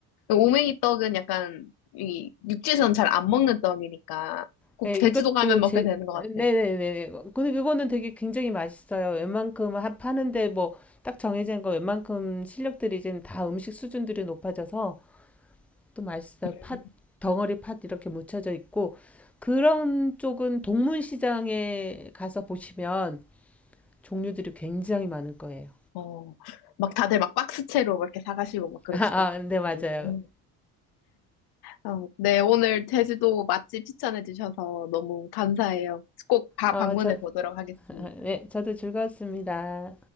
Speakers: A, on the left; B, in the centre.
A: 오메기떡은 약간 이 육지에서는 잘 안 먹는 떡이니까 꼭
B: 네,
A: 제주도
B: 이것도
A: 가면 먹게
B: 제
A: 되는 것
B: 네네네
A: 같아요.
B: 근데 그거는 되게 굉장히 맛있어요. 웬만큼 하- 파는데 뭐 딱 정해진 거 웬만큼 실력들이 이제 다 음식 수준들이 높아져서 또 맛있어요.
A: 음.
B: 팥 덩어리 팥 이렇게 묻혀져 있고 그런 쪽은 동문시장에 가서 보시면 종류들이 굉장히 많을 거예요.
A: 어, 막 다들 막 박스채로 막 이렇게 사가시고
B: <laughs>
A: 막 그러시더라고요.
B: 아, 아, 네, 맞아요.
A: 음. 어, 네, 오늘 제주도 맛집 추천해 주셔서 너무 감사해요. 꼭 다
B: 어,
A: 방문해
B: 저,
A: 보도록 하겠습니다.
B: 네, 저도 즐거웠습니다.